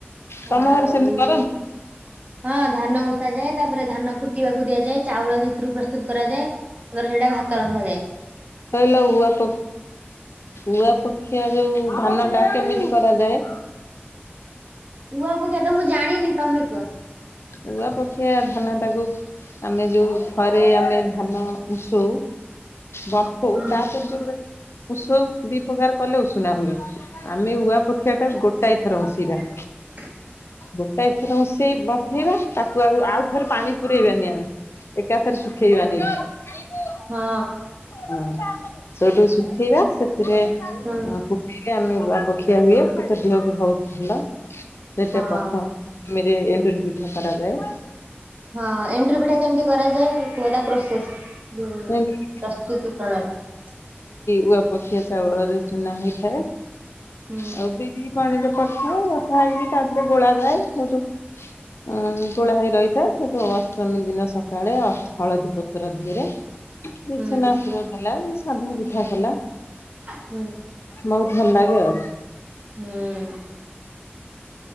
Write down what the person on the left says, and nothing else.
ତମ
ଘରେ ସେମିତି କରନ୍ତି।
ହେଲେ ହୁଅ ପପ୍ ଉଆ ପକ୍ଷିଆ ଯୋଉ ଧାନ ଟା କେମିତି କରାଯାଏ?
ଉଆ ଅପେକ୍ଷା ଧାନ ଟାକୁ ଆମେ ଯୋଉ ଥରେ ଆମେ ଧାନ ମିସ୍ଉ ବମ୍ଫଉ
ତାପରେ ଯୋଉ ଗୋଟେ ଉଷଉ ଦି ପ୍ରକାର କଲେ ଉଷୁନା ହୁଏ ଆମେ ଉଆ ପକ୍ଷିଆ ଟାକୁ ଗୋଟାଏ ଥର ଉଷେଇବା।
ଗୋଟା ଏଥର ଉଷେଇ ବଫେଇବା ତାକୁ ଆଉ ଆଉ ଥରେ ପାଣି ପୁରେଇବାନି ଆମେ। ଏକାଥରେ ଶୁଖେଇବା ନେଇକି
ହଁ। ସେଠୁ ଶୁଖେଇବା ସେଥିରେ
ଶୁଖେଇଲେ ଆମେ ଉଆପଖିଆ ହୁଏ। ସେତ ଦେହକୁ ବହୁତ ଭଲ ସେଟା
ପ୍ରଥମିରେ ଏଣ୍ଡୁରି ପି ଠା କରାଯାଏ।
ଏଣ୍ଡୁରି
ଉଆ ପକ୍ଷିଆ ଚାଉଳରେ ଚୁନା ହେଇଥାଏ।
ଆଉ ବିରି ପାଣିରେ ପକାଉ ଓଦା ହେଇକି ତାପରେ ଗୋଳା ଯାଏ ହେଉଟୁ ଉଁ ଗୋଳା ହେଇ ରହିଥାଏ ସେଠୁ ଅଷ୍ଟମୀ ଦିନ ସକାଳେ ହଳଦୀ ପ ର ଧିରେ ଯେ
ଛେନାପୁର ଦେଲା ଯେ ସାଧା ପିଠା କଲା।
ବହୁତ ଭଲ ଲାଗେ ଆଉ।